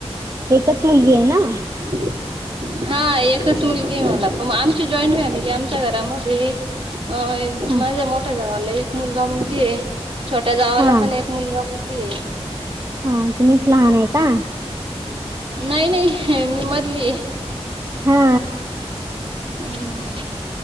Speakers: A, on the right; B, on the right.
A: एकच मुलगी आहे ना
B: <inaudible> हा एकच मुलगी आहे मला प आमची जॉईंट फॅमिली आमच्या घरामध्ये अ
A: हा
B: माझ्या मोठ्या जावला एक मुलगा मुलगी आहे छोट्या जावला
A: हा
B: पण एक मुलगा मुलगी आहे
A: हा तुम्हीच लहान आहे का
B: नाही नाही मी मधली आहे
A: हा
B: हम्म हम्म